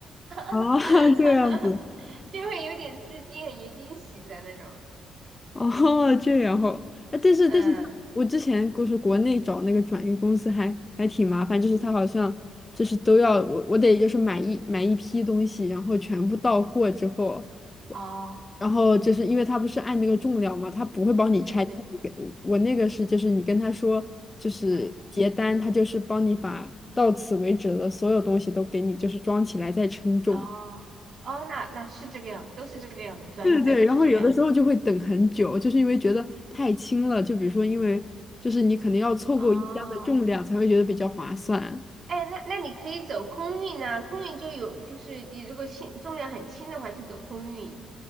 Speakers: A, on the left; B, on the right.
A: 啊？
B: <laughs>
A: 这样子。
B: 就会有点吃惊，很有惊喜的那种。
A: <laughs> 哦，这然后，哎，但是但是他，
B: 嗯，
A: 我之前就是国内找那个转运公司还还挺麻烦，就是他好像就是都要我我得就是买一买一批东西，然后全部到货之后，我
B: 哦，
A: 然后就是因为他不是按那个重量嘛，他不会帮你拆件给我，
B: 对对对，
A: 我那个是就是你跟他说就是结单，
B: 嗯，
A: 他就是帮你把到此为止的所有东西都给你就是装起来再称重。
B: 哦，哦，那那是这个样，都是这个样子，转运的都是这个样子。
A: 对对，然后有的时候就会等很久，就是因为觉得太轻了。就比如说，因为就是你可能要凑够一箱的重量才会觉得比较划算
B: 哦，哎，那那你可以走空运呐、空运就有，就是你如果轻重量很轻的话，就走空运，